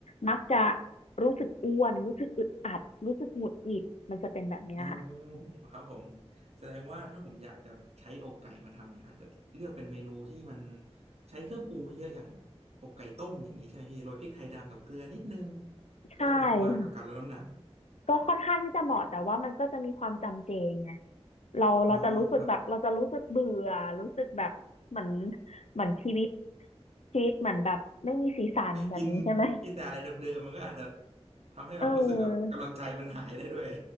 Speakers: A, on the left (about 80°); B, on the right (about 75°).
A: มักจะรู้สึกอ้วนรู้สึกอึดอัดรู้สึกหงุดหงิดมันจะเป็นแบบเนี้ยค่ะ
B: อ๋อครับผมแสดงว่าถ้าผมอยากจะใช้อกไก่มาทำเนี่ยอาจจะเลือกเป็นเมนูที่มันใช้เครื่องปรุงไม่เยอะอย่างอกไก่ต้มอย่างนี้ใช่ไหมพี่โรยพริกไทยดำกับเกลือนิดนึง
A: ใช่
B: ก็จะเหมาะมากกับการลดน้ำหนัก
A: ก็ค่อนข้างที่จะเหมาะแต่ว่ามันก็จะมีความจำเจไงเราเราจะรู้สึกแบบเราจะรู้สึกเบื่อรู้สึกแบบเหมือน
B: อ๋อครับ
A: เหมือนชีวิตชีวิตเหมือนแบบไม่มีสีสันแบบนี้ใช่ไหม
B: กินกินแต่อะไรเดิมๆมันก็อาจจะทำให้แบบรู้สึกแบบกำลังใจมันหายได้ด้วย
A: เออ